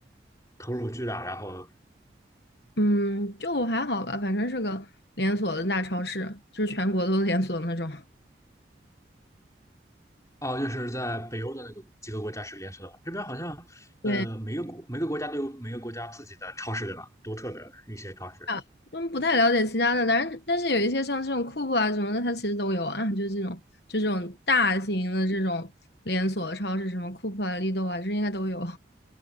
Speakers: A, on the left; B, on the left.
A: 投入巨大，然后
B: 嗯，就还好吧，反正是个连锁的大超市，就是全国都连锁的那种。
A: 哦，就是在北欧的那个几个国家是连锁的，这边好像呃每个国每个国家都有每个国家自己的超市对吧？
B: 对，
A: 独特的一些超市。
B: 啊，嗯，不太了解其他的，但是但是有一些像这种库酷啊什么的，它其实都有啊，就是这种就这种大型的这种连锁超市，什么库酷啊、利豆啊，这应该都有。